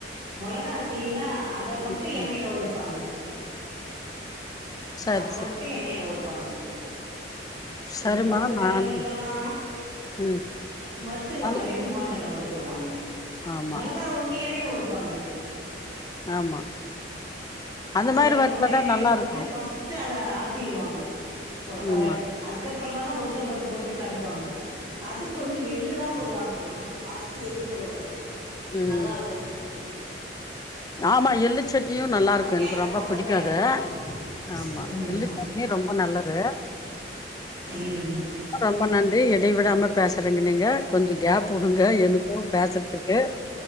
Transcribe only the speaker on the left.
ம்
ம்
சரி
சரி
சரிம்மா
நான்
ம்
அது
ஆமா
ஆமா அந்த
மாரி வச்சாதா
நல்லா
இருக்கு
ம்மா
ம்
ஆமா எள் எள்ளு சட்னியு
நல்லா இருக்கு எனக்கு
ரொம்ப
பிடிக்கு
அது
ஆமா
எள்ளு சட்னி ரொம்ப நல்லது
ரொம்ப நன்றி இடை விடாம பேசுறீங்க நீங்க கொஞ்ச கேப் உடுங்க எனக்கு பேசுறதுக்கு